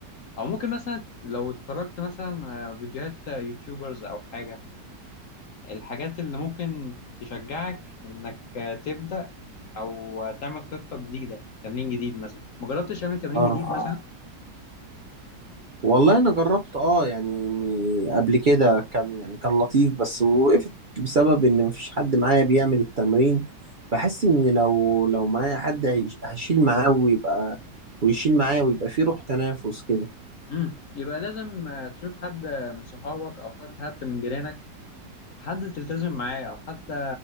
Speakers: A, on the left; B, on the right.
A: أو ممكن مثلا لو اتفرجت مثلا آه، فيديوهات آه، يوتيوبرز أو حاجة الحاجات اللي ممكن تشجعك إنك آه، تبدأ أو آه، تعمل خطة جديدة تمرين جديد مثلا مجربتش تعمل تمرين
B: اه
A: جديد مثلا
B: والله انا جربت اه يعني م- قبل كده كان يعني كان لطيف بس وقفت بسبب ان مفيش حد معايا بيعمل التمرين بحس ان لو لو معايا حد هيش- هشيل معاه ويبقى ويشيل معايا ويبقى فيه روح تنافس كده
A: مم. يبقى لازم آه، تشوف حد آه، من صحابك أو حد حتى من جيرانك حد تلتزم معاه أو حتى